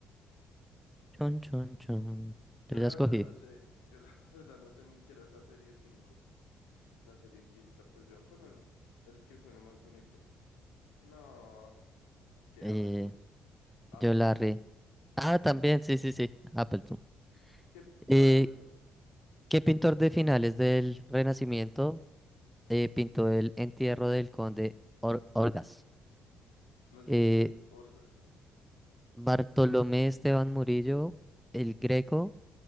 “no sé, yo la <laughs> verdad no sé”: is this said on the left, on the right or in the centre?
Left